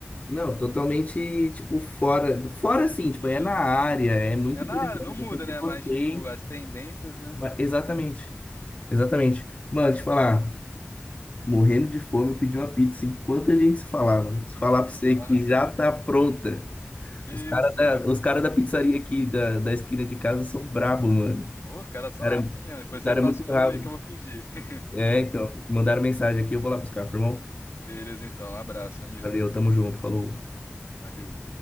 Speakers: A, on the left (about 30°); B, on the left (about 70°).
A: Não, totalmente, tipo, fora, fora assim, tipo,
B: Hum.
A: é na área, é muito
B: É
A: interessante,
B: na área, não muda,
A: eu sempre
B: né?
A: gostei.
B: Mas, tipo, as tendências, né?
A: Ma- Exatamente, exatamente. Mano, deixa eu falar, morrendo de fome, eu pedi uma pizza. Enquanto a gente se falava, se falar pra você
B: Nossa,
A: que já tá pronta.
B: que
A: Os caras
B: isso?
A: da, os cara da pizzaria aqui da, da esquina de casa são brabo, mano.
B: Ô, os caras são
A: O cara,
B: rápidos
A: é,
B: mesmo. Depois
A: o cara
B: você me passa
A: é muito
B: o número
A: rápido.
B: aí que eu vou pedir. <laughs>
A: É, então, mandaram mensagem aqui, eu vou lá buscar, firmão.
B: Beleza, então. Um abraço, amigo.
A: Valeu, tamo junto, falou.
B: Valeu.